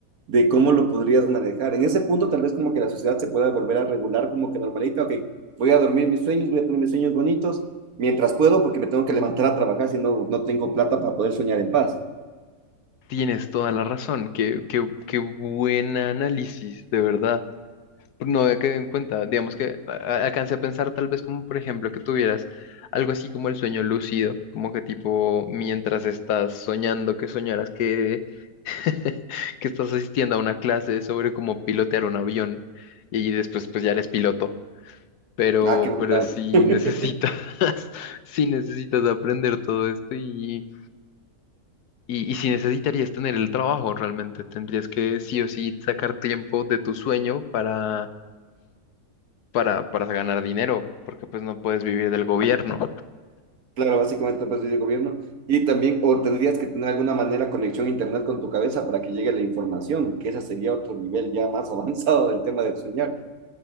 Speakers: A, on the right; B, on the left.
A: de cómo lo podrías manejar. En ese punto, tal vez como que la sociedad se pueda volver a regular como que normalita, ok, voy a dormir mis sueños, voy a tener mis sueños bonitos, mientras puedo, porque me tengo que levantar a trabajar, si no, no tengo plata para poder soñar en paz.
B: Tienes toda la razón. Qué, qué, qué buen análisis, de verdad. No había quedado en cuenta. Digamos que a- a- alcancé a pensar tal vez como, por ejemplo, que tuvieras algo así como el sueño lúcido, como que tipo, mientras estás soñando, que soñaras que, <laughs> que estás asistiendo a una clase sobre cómo pilotear un avión y después pues ya eres piloto. pero,
A: Ah, qué brutal.
B: pero sí
A: <laughs>
B: necesitas, <laughs> sí necesitas aprender todo esto y, y, y sí necesitarías tener el trabajo realmente, tendrías que sí o sí sacar tiempo de tu sueño para, para, para ganar dinero, porque pues no puedes vivir del gobierno.
A: Claro, básicamente pues de gobierno. Y también, o tendrías que tener alguna manera conexión a internet con tu cabeza para que llegue la información, que esa sería otro nivel ya más <laughs> avanzado del tema del soñar.